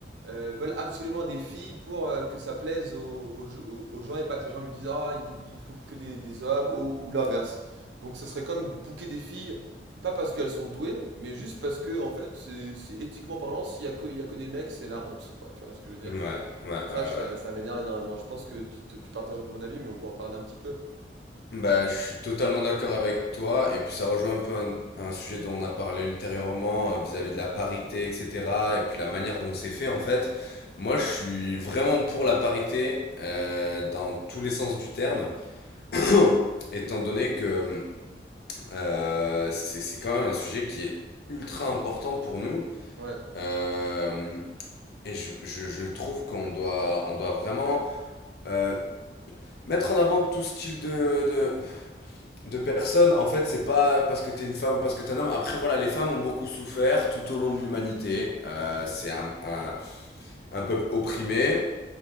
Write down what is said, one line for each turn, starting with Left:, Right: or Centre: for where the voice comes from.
Right: euh, veulent absolument des filles pour euh, que ça plaise aux, aux, ge- aux- aux gens et pas que les gens lui disent Ah, il bou- il bouque que des, des hommes ou, ou l'inverse. Donc, ça serait comme bouquer des filles, pas parce qu'elles sont douées, mais juste parce que, en fait, c'est c'est éthiquement parlant, s'il y a que, il y a que des mecs, c'est la honte, quoi. Tu vois ce que je veux dire?
Left: ouais, ouais,
Right: Et ça,
Left: ouais, ouais.
Right: ça, ça m'énerve énormément. Je pense que tu, te- tu partages un peu mon avis, mais on peut en parler un petit peu.
Left: Bah, je suis totalement d'accord avec toi. Et puis, ça rejoint un peu un, un sujet dont on a parlé ultérieurement euh, vis-à-vis de la parité, etc. Et puis, la manière dont c'est fait, en fait. Moi, je suis vraiment pour la parité euh, dans tous les sens du terme, <coughs> <clears throat> étant donné que euh, c'est c'est quand même un sujet qui est ultra important pour nous.
Right: Ouais,
Left: Euh, et je, je, je trouve qu'on doit, on doit vraiment euh, mettre en avant tout style de, de, de personnes, en fait, c'est pas parce que t'es une femme ou parce que t'es un homme. Après, voilà, les femmes ont beaucoup souffert tout au long de l'humanité. Euh, c'est un, un, un peuple opprimé.